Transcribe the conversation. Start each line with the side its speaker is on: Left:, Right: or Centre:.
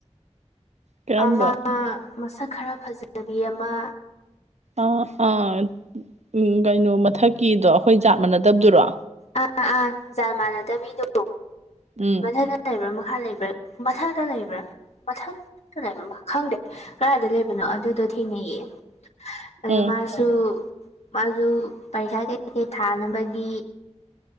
Right: ꯀꯔꯝꯕ
Left: ꯑꯃ ꯃꯁꯛ ꯈꯔ ꯐꯖꯕꯤ ꯑꯃ
Right: ꯑꯥ ꯑꯥ ꯎꯝ ꯀꯩꯅꯣ ꯃꯊꯛꯀꯤꯗꯣ ꯑꯩꯈꯣꯏ ꯖꯥꯠ ꯃꯥꯟꯅꯗꯕꯗꯨꯔꯣ
Left: ꯑꯥ ꯑꯥ ꯖꯥꯠꯃꯥꯟꯅꯗꯕꯤꯗꯣ
Right: ꯎꯝ
Left: ꯃꯊꯛꯇ ꯃꯊꯛꯇ ꯂꯩꯕ꯭ꯔꯥ ꯃꯈꯥ ꯂꯩꯕ꯭ꯔꯥ ꯃꯊꯛꯇ ꯂꯩꯕ꯭ꯔꯥ ꯃꯊꯛ ꯇ ꯂꯩꯔꯝꯕ ꯈꯪꯗꯦ ꯀꯗꯥꯥꯏꯗ ꯂꯩꯕꯅꯣ ꯑꯗꯨꯗꯣ ꯊꯦꯡꯅꯩꯌꯦ ꯑꯗ‌ꯣ
Right: ꯎꯝ
Left: ꯃꯥꯁꯨ ꯃꯥꯁꯨ ꯄꯩꯈꯥ ꯀꯩ ꯀꯩ ꯊꯥꯅꯕꯒꯤ